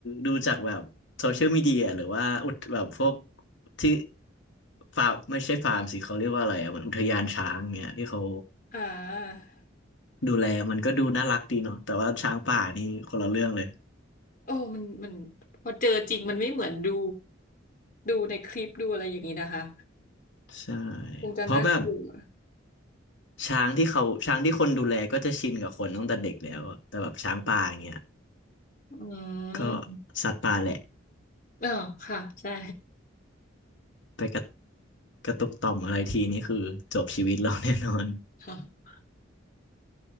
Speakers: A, on the left; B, on the left.
A: ดูจากแบบโซเชียลมีเดียหรือว่าอุทแบบพวกที่ฟาร์มไม่ใช่ฟาร์มสิเขาเรียกว่าอะไรอ่ะเหมันอุทยานช้างเงี้ยที่เขา
B: <laughs> อ่า
A: ดูแลมันก็ดูน่ารักดีเนาะแต่ว่าช้างป่านี่คนละเรื่องเลย
B: โอ้มันมันพอเจอจริงมันไม่เหมือนดูดูในคลิปดูอะไรอย่างนี้นะคะ
A: ใช่
B: คงจะน่ากลัว
A: เพราะแบบช้างที่เขาช้างที่คนดูแลก็จะชินกับคนตั้งแต่เด็กแล้วอะแต่แบบช้างป่าอย่างเงี้ย
B: อื
A: ก็
B: ม
A: สัตว์ป่าแหละ
B: อ่าค่ะใช่
A: ไปกระกระตุกต่อมอะไรทีนี่คือจบชีวิตเราแน่นอน
B: <laughs> ค